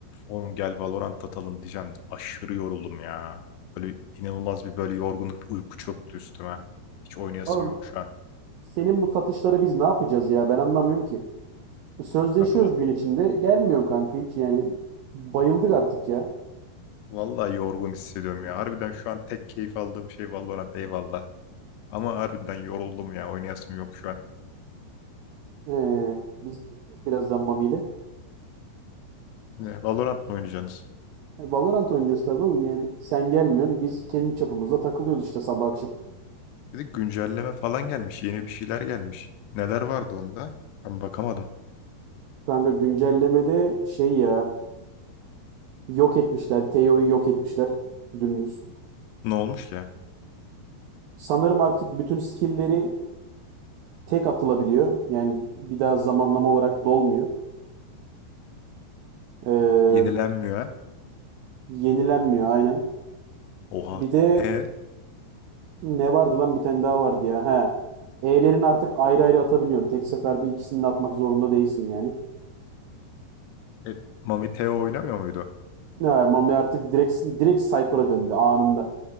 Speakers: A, on the left (about 80°); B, on the right (about 80°).
A: Oğlum gel Valorant atalım diyeceğim de aşırı yoruldum ya. Böyle inanılmaz bir böyle yorgunluk, bir uyku çöktü üstüme. Hiç oynayasım
B: Oğlum
A: yok şu an.
B: senin bu satışları biz ne yapacağız ya ben anlamıyorum ki. Sözleşiyoruz
A: Kanka va-
B: gün içinde gelmiyorsun kanka hiç yani bayıldık artık ya.
A: vallahi yorgun hissediyorum ya. Harbiden şu an tek keyif aldığım şey Valorant eyvallah. Ama harbiden yoruldum ya. Oynayasım yok şu an.
B: Ee, biz gireceğiz birazdan Mami ile.
A: Ne, Valorant mı oynayacaksınız?
B: E, Valorant oynayacağız tabii oğlum yani. Sen gelmiyorsun biz kendi çapımızda takılıyoruz işte sabah akşam.
A: Bir güncelleme falan gelmiş. Yeni bir şeyler gelmiş. Neler vardı onda? Ben bakamadım.
B: Kanka güncellemede şey ya Yok etmişler. Teo'yu yok etmişler. Dümdüz.
A: Ne olmuş ki?
B: Sanırım artık bütün skill'leri tek atılabiliyor. Yani bir daha zamanlama olarak dolmuyor. Ee,
A: Yenilenmiyor ha?
B: yenilenmiyor aynen.
A: Oha.
B: Bir de
A: E,
B: ne vardı lan bir tane daha vardı ya. He. E'lerin artık ayrı ayrı atabiliyorsun. Tek seferde ikisini de atmak zorunda değilsin yani.
A: e Mami Teo oynamıyor muydu?
B: Ha, Mami artık direkt direkt Cypher'a döndü anında.